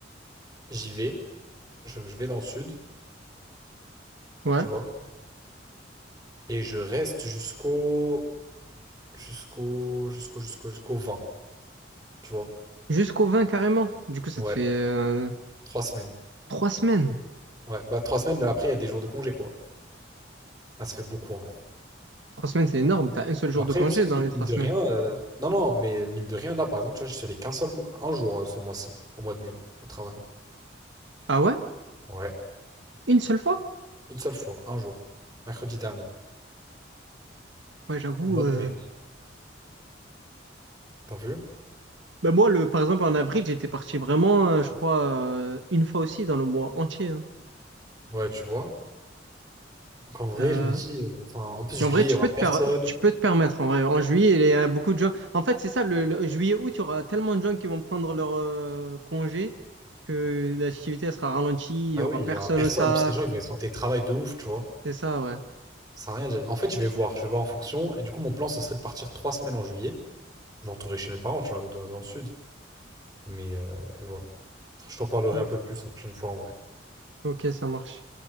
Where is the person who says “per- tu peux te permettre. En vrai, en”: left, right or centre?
Right